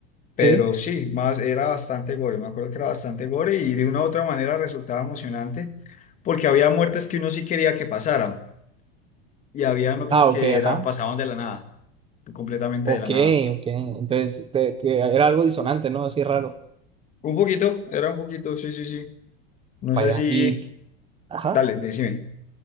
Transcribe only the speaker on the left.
pero
sí, más era bastante gore, me acuerdo que era bastante gore y de una u otra manera resultaba emocionante porque había muertes que uno sí quería que pasaran. y habían otras
que
era, pasaban de la nada, completamente
de la nada.
Un poquito, era un poquito, sí, sí, sí. No
sé si,
dale, decime.